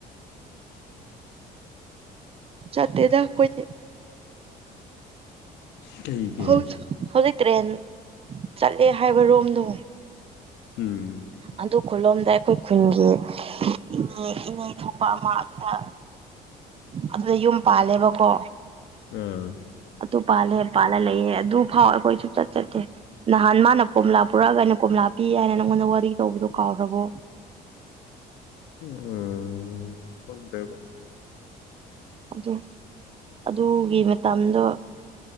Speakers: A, on the right (about 35°); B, on the left (about 80°).
A: ꯆꯠꯇꯦꯗ ꯑꯈꯣꯏꯗꯤ꯫
B: ꯀꯩꯒꯤ
A: ꯍꯧ ꯍꯧꯖꯤꯛ ꯇ꯭ꯔꯦꯟ ꯆꯠꯂꯦ ꯍꯥꯏꯕ ꯔꯣꯝꯗꯣ꯫
B: ꯎꯝ꯫
A: ꯑꯗꯨ ꯈꯨꯂꯣꯝꯗ ꯑꯩꯈꯣꯏ ꯈꯨꯟꯒꯤ ꯏꯅꯦ ꯏꯅꯦ ꯊꯣꯛꯄ ꯑꯃ ꯑꯗꯨꯗ ꯑꯗꯨꯗ ꯌꯨꯝ ꯄꯥꯜꯂꯦꯕꯀꯣ꯫
B: ꯎꯝ꯫
A: ꯑꯗꯨ ꯄꯥꯜꯂꯦ ꯄꯥꯜꯂ ꯂꯩꯌꯦ ꯑꯗꯨ ꯐꯥꯎꯋꯦ ꯑꯩꯈꯣꯏ ꯁꯨꯡꯆꯠ ꯆꯠꯇꯦ꯫ ꯅꯍꯥꯟ ꯃꯥꯅ ꯀꯣꯝꯂꯥ ꯄꯨꯔꯛꯑꯒ ꯑꯩꯅ ꯀꯣꯝꯂꯥ ꯄꯤ ꯍꯥꯏꯅ ꯅꯪꯉꯣꯟꯗ ꯋꯥꯔꯤ ꯇꯧꯕꯗꯨꯣ ꯀꯥꯎꯔꯕꯣ꯫
B: ꯎꯝ ꯈꯪꯗ꯭ꯔꯦꯕꯨ꯫
A: ꯑꯗꯨ ꯑꯗꯨꯒꯤ ꯃꯇꯝꯗꯣ꯫